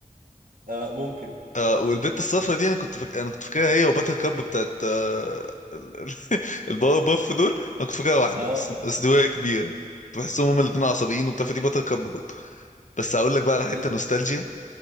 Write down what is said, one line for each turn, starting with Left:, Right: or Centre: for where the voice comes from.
Right: آه ممكن
Left: آه والبنت الصفرا دي انا كنت فاك... انا كنت فاكرها هي وباتر كاب بتاعت آه ال- ال- الباور باف دول انا كنت فاكرها واحده
Right: اه
Left: بس بس دي وهي كبيره كنت بحسهم هما الاثنين عصبيين وبتاع فدي باتر كاب برضه بس هقول لك بقى على
Right: ال...
Left: حته نوستالجيا